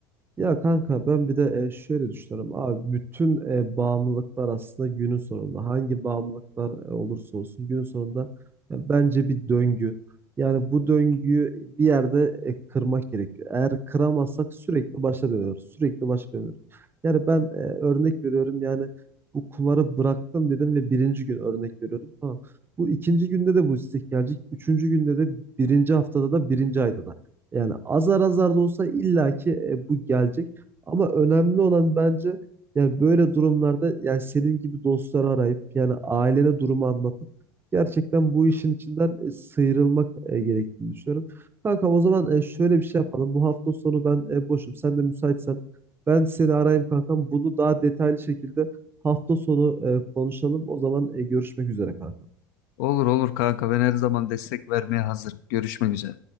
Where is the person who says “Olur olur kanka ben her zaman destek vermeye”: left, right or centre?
Left